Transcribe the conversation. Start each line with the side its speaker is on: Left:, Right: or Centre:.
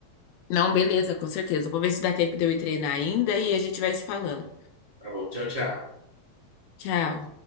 Left: Não, beleza, com certeza. Vou ver se dá tempo de eu ir treinar ainda e a gente vai se falando.
Right: Tá bom, tchau, tchau.
Left: Tchau.